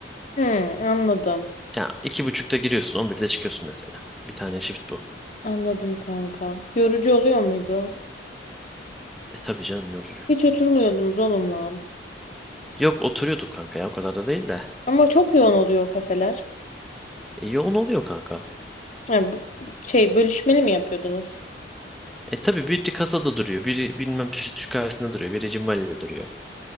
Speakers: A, on the left; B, in the centre.
A: Hmm, anladım.
B: Ya iki buçukta giriyorsun 11'de çıkıyorsun mesela. Bir tane shift bu.
A: Anladım kanka. Yorucu oluyor muydu?
B: E tabii canım yorucu.
A: Hiç oturmuyordunuz oğlum lan.
B: Yok oturuyorduk kanka ya o kadar da değil de.
A: Ama çok yoğun oluyor o kafeler.
B: E, yoğun oluyor kanka.
A: Yani, b- şey bölüşmeli mi yapıyordunuz?
B: E tabii biri kasada duruyor. Biri bilmem Türk Türk kahvesinde duruyor. Biri cimbaliyle duruyor